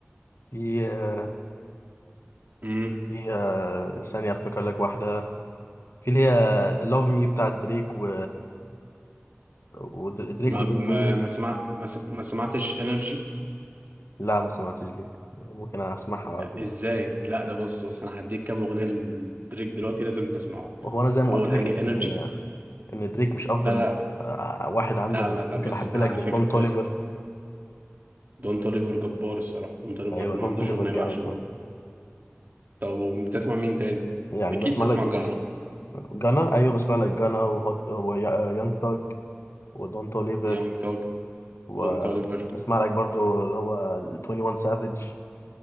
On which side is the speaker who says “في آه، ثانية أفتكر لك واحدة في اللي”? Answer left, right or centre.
Left